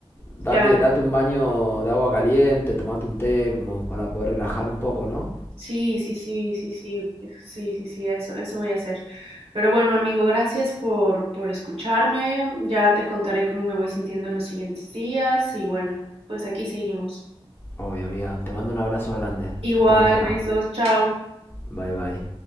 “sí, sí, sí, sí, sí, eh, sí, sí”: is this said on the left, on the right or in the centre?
Right